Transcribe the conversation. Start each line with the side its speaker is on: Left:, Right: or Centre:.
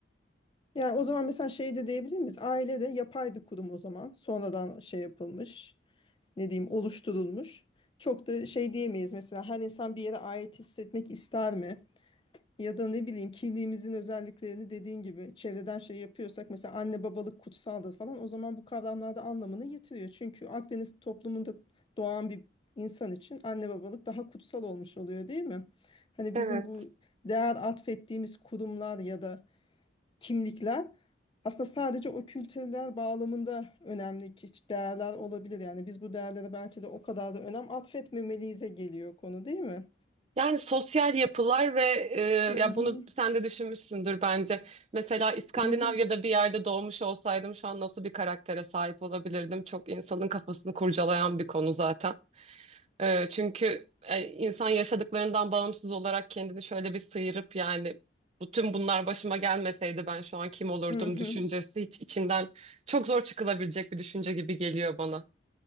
Left: Yani o zaman mesela şey de diyebilir miyiz? Aile de yapay bir kurum o zaman. Sonradan şey yapılmış, ne diyeyim, oluşturulmuş. Çok da şey diyemeyiz mesela her insan bir yere ait hissetmek ister mi? Ya da ne bileyim kimliğimizin özelliklerini dediğin gibi çevreden şey yapıyorsak mesela anne babalık kutsaldır falan o zaman bu kavramlarda anlamını yitiriyor. Çünkü Akdeniz toplumunda doğan bir insan için anne babalık daha kutsal olmuş oluyor değil mi? Hani
Right: Evet.
Left: bizim bu değer atfettiğimiz kurumlar ya da kimlikler aslında sadece o kültürler bağlamında önemli ki değerler olabilir. Yani biz bu değerlere belki de o kadar da önem atfetmemeliyiz'e geliyor konu değil mi?
Right: Yani sosyal yapılar ve e,
Left: Hı
Right: ya
Left: hı.
Right: bunu sen de düşünmüşsündür bence. Mesela İskandinavya'da
Left: Hı hı.
Right: bir yerde doğmuş olsaydım şu an nasıl bir karaktere sahip olabilirdim? Çok insanın kafasını kurcalayan bir konu zaten. E, çünkü e, insan yaşadıklarından bağımsız olarak kendini şöyle bir sıyırıp yani bütün bunlar başıma gelmeseydi ben şu an kim olurdum
Left: Hı hı.
Right: düşüncesi hiç içinden çok zor çıkılabilecek bir düşünce gibi geliyor bana.